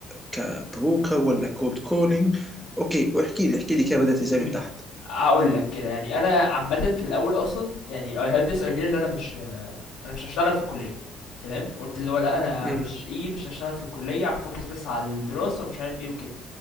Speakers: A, in the centre; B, on the left.
A: كبروكر ولا كولد كولينج اوكي واحكي لي احكي لي كده بدات ازاي
B: امم
A: من تحت
B: هقول لك كده يعني انا عامة في الاول اصلا يعني I had this idea اللي انا مش انا مش هشتغل في الكلية تمام قلت اللي هو لا انا
A: امم
B: مش ايه مش هشتغل في الكلية هفوكس بس على الدراسة ومش عارف ايه وكده